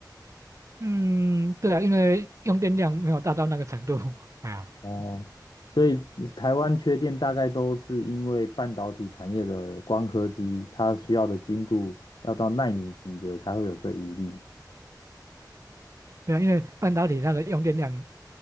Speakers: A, on the right (about 40°); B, on the left (about 85°).
A: 嗯对啊，因为用电量没有大到那个程度 <laughs> 啊。
B: 哦，所以台湾缺电大概都是因为半导体产业的光刻机，它需要的精度要到纳米级的才会有这疑虑。
A: 对啊，因为半导体它的用电量，